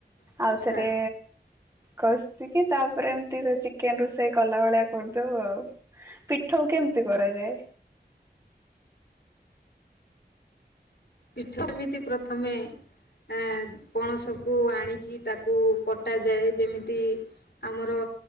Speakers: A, on the left (about 70°); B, on the right (about 15°).
A: ଆଚ୍ଛା।
B: ଆଉ ଥରେ କଷିକି ତାପରେ ଏମିତି ଚିକେନ ରୋଷେଇ କଲା ଭଳିଆ କରିଦଉ ଆଉ। ପିଠଉ କେମିତି କରାଯାଏ?
A: ପୀଠଉ ଏମିତି ପ୍ରଥମେ ଆ ପଣସକୁ ଆଣିକି ତାକୁ କଟାଯାଏ। ଯେମିତି ଆମର